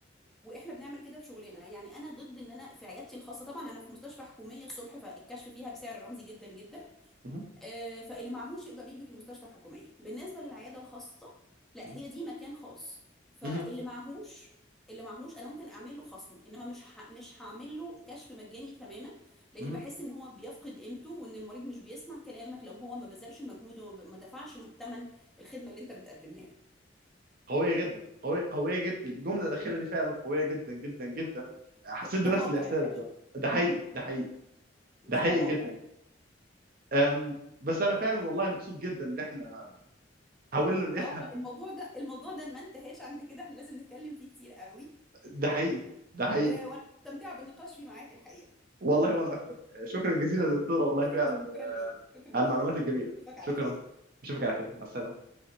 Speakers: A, in the centre; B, on the right.
A: واحنا بنعمل كده في شغلنا يعني انا ضد ان انا في عيادتي الخاصه طبعا انا في مستشفى حكوميه الصبح فالكشف فيها بسعر رمزي جدا جدا
B: مهم.
A: آه، فاللي معهوش يقدر يجي المستشفى الحكوميه بالنسبه للعياده الخاصه لا
B: مهم.
A: هي دي مكان خاص فاللي
B: مهم.
A: معهوش اللي معهوش انا ممكن اعمل له خصم انما مش ح... مش هعمل له كشف مجاني تماما لان
B: مهم.
A: بحس ان هو بيفقد قيمته وان المريض مش بيسمع كلامك لو هو ما بذلش مجهود وما ب- ما دفعش ثمن الخدمه اللي انت بتقدمها له
B: قويه جدا قويه قويه جدا الجمله الاخيره دي فعلا قويه جدا جدا جدا حسيت بنفس
A: ده واقع
B: الاحساس
A: الحقيقه
B: ده ده حقيقي ده حقيقي
A: ده
B: ده حقيقي
A: ده واقع
B: جدا أم بس انا فعلا والله مبسوط جدا ان احنا حاولنا
A: اه
B: نفهم
A: الموضوع ده الموضوع ده ما انتهاش عند كده احنا لازم نتكلم فيه كتير قوي
B: ده حقيقي ده حقيقي
A: آه وانا مستمتعه بالنقاش فيه معاك الحقيقه
B: والله وانا اكتر شكرا جزيلا يا دكتوره والله
A: <laughs>
B: فعلا
A: شكرا ليك شكرا
B: على
A: ليك
B: المعلومات
A: يا محمود
B: الجميله
A: اشوفك على
B: شكرا
A: خير
B: اشوفك على خير مع السلامه